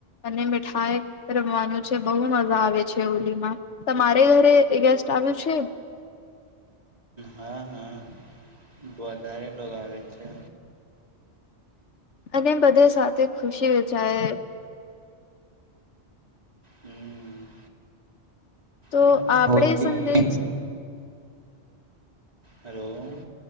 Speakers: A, on the left; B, on the right.
A: અને મીઠાઈ રમવાનું છે બહુ મજા આવે છે હોલીમાં, તમારે ઘરે ગેસ્ટ આવ્યું છે.
B: હા હા વધારે લોકો આવે છે.
A: અને બધે સાથે ખુશી વિચારે
B: હમ.
A: તો
B: પણ
A: આપડે
B: હોલી
A: સંદેશ
B: હલો.